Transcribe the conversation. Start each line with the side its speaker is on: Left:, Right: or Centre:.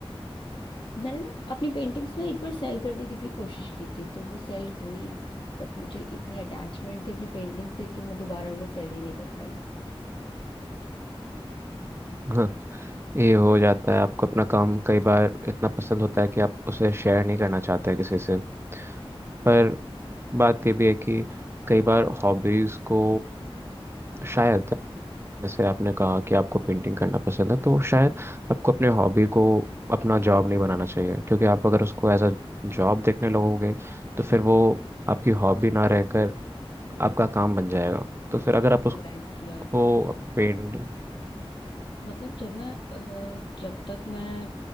Left: मैंने ना अपनी पेंटिंग्स ना एक बार सेल करने की भी कोशिश की थी तो वो सेल हुई बट मुझे इतनी अटैचमेंट थी अपनी पेंटिंग से कि मैं दोबारा उन्हें सेल ही नहीं कर पाई
Right: है <laughs> ये हो जाता है आपको अपना काम कई बार इतना पसंद होता है कि आप उसे शेयर नहीं करना चाहते हैं किसी से पर बात ये भी है कि कई बार हॉबीज़ को अ, शायद जैसे आपने कहा कि आपको पेंटिंग करना पसंद है तो शायद आपको अपने हॉबी को अपना जॉब नहीं बनाना चाहिए क्योंकि आप अगर उसको एज अ जॉब देखने लगोगे तो फिर वो आपकी हॉबी ना रहकर आपका काम बन जाएगा
Left: मैंने
Right: तो फिर
Left: यही
Right: अगर आप
Left: रियलाइज
Right: उसको
Left: किया
Right: पेंट
Left: मतलब जब मैं अ, जब तक मैं